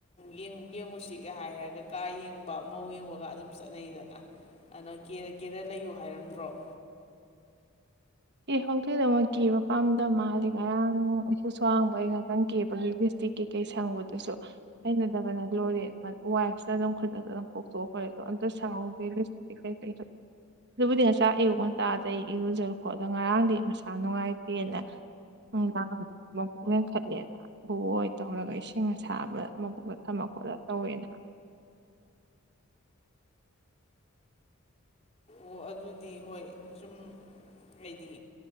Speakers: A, on the left (about 30°); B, on the right (about 50°).
A: ꯌꯦꯡ ꯌꯦꯡꯉꯨꯁꯤꯒ ꯍꯥꯏꯔꯒ ꯀꯥ ꯌꯦꯡꯕ ꯃꯧ ꯌꯦꯡꯕꯒ ꯑꯗꯨꯝ ꯆꯠꯅꯩꯗꯅ ꯑꯅꯥ ꯀꯦꯔꯥ ꯀꯦꯔꯥ ꯂꯩꯌꯨ ꯍꯥꯏꯔꯝꯗ꯭ꯔꯣ
B: ꯑꯦ ꯍꯧꯗꯦꯗ ꯃꯣꯏ ꯀꯦꯕ ꯄꯥꯝꯗꯕ ꯃꯥꯜꯂꯤ ꯉꯔꯥꯡ ꯎꯄꯨ ꯁꯣ ꯍꯥꯡꯕꯩ ꯉꯥꯛꯇꯪ ꯀꯦꯕꯒꯤ ꯏꯁꯇꯤꯛ ꯀꯩ ꯀꯩ ꯁꯪꯕꯗꯨꯁꯨ ꯍꯩꯅꯗꯕꯅ ꯂꯣꯏꯔꯦ ꯋꯥꯏꯐꯇ ꯑꯗꯨꯝ ꯈꯨꯗꯛꯇ ꯑꯗꯨꯝ ꯀꯣꯛꯊꯣꯛꯈꯣꯏ ꯑꯗꯣ ꯑꯝꯇ ꯁꯪꯍꯧꯒꯦ ꯂꯤꯞ ꯀꯩ ꯀꯩꯗꯣ ꯑꯗꯨꯕꯨꯗꯤ ꯉꯁꯥꯏ ꯑꯌꯨꯛ ꯉꯟꯇꯥꯗꯩ ꯏꯔꯨꯖꯥ ꯈꯣꯗꯥ ꯉꯔꯥꯡꯗꯤ ꯃꯁꯥ ꯅꯨꯡꯉꯥꯏꯇꯦꯅ ꯅꯨꯡꯗꯥꯡ ꯃꯕꯨꯛ ꯂꯦꯟꯈꯠꯂꯦꯅ ꯕꯨꯕꯣꯛ ꯍꯣꯏ ꯇꯧꯔꯒ ꯏꯁꯤꯡ ꯑꯁꯥꯕ ꯃꯕꯨꯛ ꯊꯝꯃ ꯈꯣꯠꯂ ꯇꯧꯋꯦꯅ ꯍꯥꯏ
A: ꯑꯣ ꯑꯗꯨꯗꯤ ꯍꯣꯏ ꯖꯨꯝ ꯍꯥꯏꯗꯤ